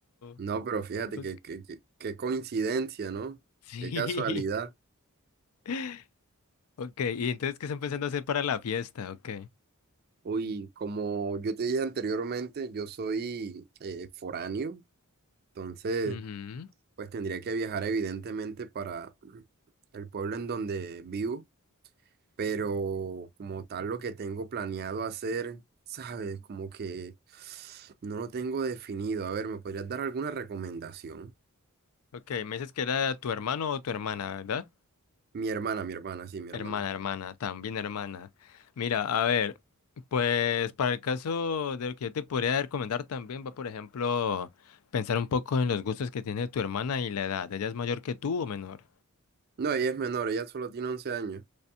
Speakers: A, on the right; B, on the left.
A: No,
B: No.
A: pero fíjate
B: Ok,
A: que, que- que- qué coincidencia, ¿no?
B: Sí.
A: Qué casualidad.
B: <laughs> Ok, y entonces, ¿qué están pensando hacer para la fiesta? Ok.
A: Uy, como yo te dije anteriormente, yo soy eh, foráneo, entonces...
B: Ujú.
A: Pues tendría que viajar evidentemente para el pueblo en donde vivo, pero como tal lo que tengo planeado hacer, ¿sabes? Como que no lo tengo definido. A ver, ¿me podrías dar alguna recomendación?
B: Ok, me dices que era tu hermano o tu hermana, ¿verdad?
A: Mi hermana, mi hermana, sí, mi
B: Hermana,
A: hermana.
B: hermana, también hermana. Mira, a ver, pues para el caso de lo que yo te podría recomendar también va, por ejemplo, pensar un poco en los gustos que tiene tu hermana y la edad. ¿Ella es mayor que tú o menor?
A: No, ella es menor, ella solo tiene 11 años.